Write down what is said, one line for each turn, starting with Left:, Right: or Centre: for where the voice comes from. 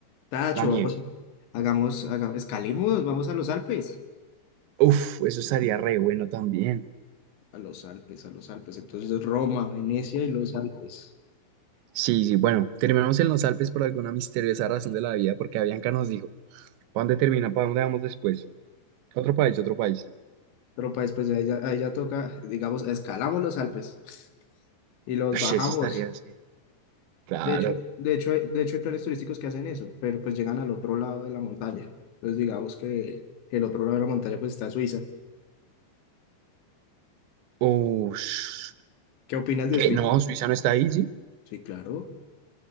Left: Tacho,
Right: La nieve.
Left: vamos, hagamos, haga- escalemos, vamos a los Alpes.
Right: Uf, eso estaría re bueno también.
Left: A los Alpes, a los Alpes. Entonces Roma, Venecia y los Alpes.
Right: Sí, sí, bueno, terminamos en los Alpes por alguna misteriosa razón de la vida, porque Avianca nos dijo. ¿Para dónde termina? ¿Para dónde vamos después? Otro país, otro país.
Left: Pero pues después de ahí ya, ahí ya toca, digamos, escalamos los Alpes y los
Right: Ush,
Left: bajamos.
Right: eso estaría así. Claro.
Left: De hecho, de hecho, hay, de hecho hay planes turísticos que hacen eso, pero pues llegan al otro lado de la montaña. Entonces digamos que, que el otro lado de la montaña pues está Suiza.
Right: Ush.
Left: ¿Qué opinas de
Right: ¿Qué?
Left: Suiza?
Right: No, Suiza no está ahí, ¿sí?
Left: Sí, claro.